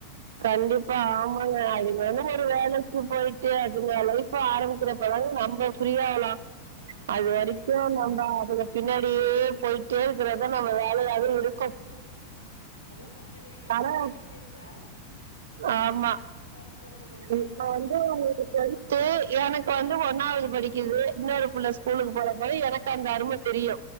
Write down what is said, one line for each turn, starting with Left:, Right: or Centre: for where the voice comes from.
Left: அது
Right: கண்டிப்பா
Left: முடிச்சு
Right: ஆமாங்க அதுனால ஒரு வேலைக்கு போய் ஃப்ரீயா விடுங்க லைஃப ஆரம்பிக்கிறப்ப தா நம்ப ஃப்ரீ ஆவ்லா
Left: ஆமாங்க
Right: அது வரிக்கு
Left: அதே
Right: நம்ப அதுக பின்னாடியே போயிட்டே இருக்குறதா நம்ம வேலையாவே இருக்
Left: அதா பசங்கள எங்கயாச்சு
Right: ஆனா
Left: வெளில சேத்தா
Right: ஆமா
Left: சோ நம்ம கொழ்ந்தைங்
Right: கு இப்ப வந்து உங்ளுக்கு ட்வெல்த்து எனக் வந்து ஒன்னாவ்து படிக்கிது இன்னோரு புள்ள ஸ்கூலுக்கு போறப்போ எனக்கு அந்த அரும தெரியு